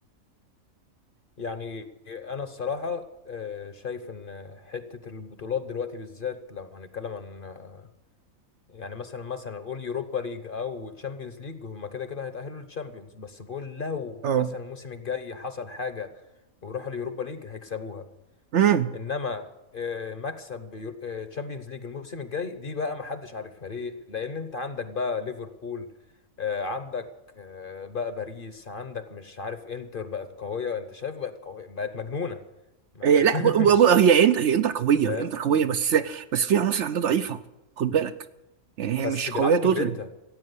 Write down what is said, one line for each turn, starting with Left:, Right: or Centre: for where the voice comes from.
Left: يعني انا الصراحه آه، شايف ان حته البطولات دلوقتي بالذات لو هنتكلم عن آه، يعني مثلا مثلا قول يوروبا ليج او تشامبيونز ليج هم كده كده هيتاهلوا للتشامبيونز بس بقول لو
Right: اه
Left: مثلا الموسم الجاي حصل حاجه وراحوا اليوروبا ليج هيكسبوها
Right: امم
Left: انما آه، مكسب تشامبيونز ليج الموسم الجاي دي بقى ما حدش عارفها ليه لان انت عندك بقى ليفربول آه، عندك آه، بقى باريس عندك مش عارف انتر بقت قوية انت شايف بقت قوية بقت مجنونة ما
Right: إيه لا ب- ب-
Left: <laughs> مش
Right: ب- هي انتر هي انتر قويه
Left: فاهم
Right: هي انتر قويه بس بس في عناصر عندها ضعيفه خد بالك يعني
Left: بس
Right: هي مش قويه
Left: بيلعبوا
Right: توتال
Left: بجرينتا